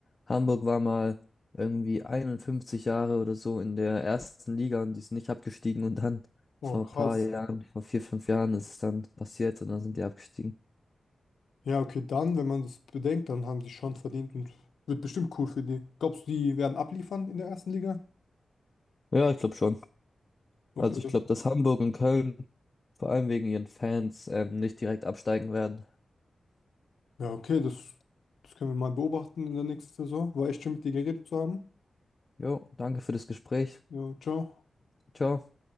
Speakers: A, on the left; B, on the left.
A: Hamburg war mal irgendwie 51 Jahre oder so in der ersten Liga und die sind nicht abgestiegen und dann vor
B: Oh, krass.
A: ein paar Jahren, vor vier, fünf Jahren ist es dann passiert und dann sind die abgestiegen.
B: Ja, okay, dann, wenn man das bedenkt, dann haben die schon verdient und wird bestimmt cool für die. Glaubst du, die werden abliefern in der ersten Liga?
A: Ja, ich glaube schon.
B: Okay.
A: Also ich glaube, dass Hamburg und Köln vor allem wegen ihren Fans ähm, nicht direkt absteigen werden.
B: Ja, okay, das, das können wir mal beobachten in der nächsten Saison. War echt schön, mit dir geredet zu haben.
A: Jo, danke für das Gespräch.
B: Ja, ciao.
A: Ciao.